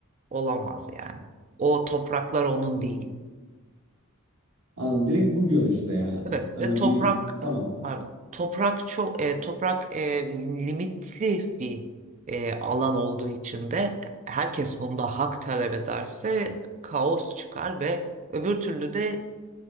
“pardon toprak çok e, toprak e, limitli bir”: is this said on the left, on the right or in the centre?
Right